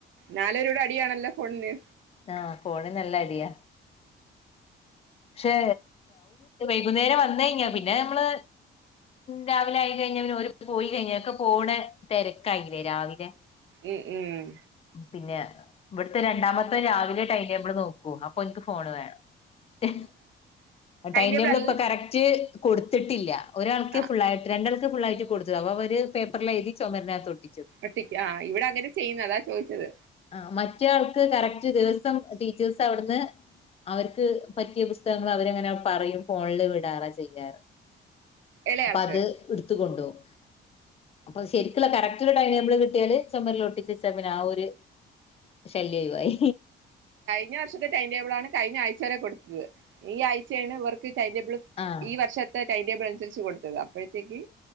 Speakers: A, on the right; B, on the left.
A: നാലുപേരും കൂടെ അടിയാണല്ലോ ഫോണിന്
B: ആഹ് ഫോണിനല്ല അടിയാ ക്ഷേ വൈകുന്നേരം വന്ന വന്നഴിഞ്ഞാ പിന്നെ നമ്മള് രാവിലെ ആയി കഴിഞ്ഞാ പിന്നെ ഒര് പോയി കഴിഞ്ഞക്കെ പോണ തെരക്കായില്ലേ രാവിലെ
A: ഉം ഉം
B: പിന്നെ വ്ട്ത്തെ രണ്ടാമത്തോൻ രാവിലെ ടൈം ടേബിള് നോക്കു അപ്പൊ ഓന്ക്ക് ഫോണ് വേണം ടൈം
A: ടേബിൾ
B: ടേബിള്
A: അല്ല
B: പ്പൊ കറക് ക്ക് കൊടുത്തിട്ടില്ല ഒരാൾക്കെ
A: ആ
B: ഫുള്ളായിട്ട് രണ്ടാള് ക്ക് ഫുള്ളായിട്ട് കൊടുത്തതാ അവര് പേപ്പറിലെഴുതി ചൊമരിനകത്തൊട്ടി
A: ഒട്ടിക്ക് ആ ഇവിടെ അങ്ങനാ ചെയ്യുന്നെ അതാ ചോദിച്ചത്
B: ആ മറ്റയാൾക്ക് കറക്റ്റ് ദിവസം ടീച്ചേഴ്സ് അവ്ട്ന്ന് അവർക്ക് പറ്റിയ പുസ്തകങ്ങള് അവരങ്ങനെ പറയും ഫോണില് വിടാറാ ചെയ്യാറ്
A: ഇളയാൾക്ക്
B: അപ്പൊ അത് ഇടുത്ത് കൊണ്ടോവും അപ്പൊ ശരിക്ക്ള്ള കറക്റ്റ്ള്ള ടൈം ടേബിള് കിട്ടിയാല് ചൊമരിലൊട്ടിചെച്ചാ പിന്നെ ആ ഒര് ശല്യഒയിവായി
A: ഞ്ഞവർഷത്തെ ടൈം ടേബിളാണ് കഴിഞ്ഞ ആഴ്ച വരെ കൊടുത്തത് ഈ ആഴ്ചേണ് ഇവർക്ക് ടൈം ടേബിള്
B: ആഹ്
A: ഈ വർഷത്തെ ടൈം ടേബിളന് രിച്ച് കൊടുത്തത് അപ്പഴത്തേക്ക്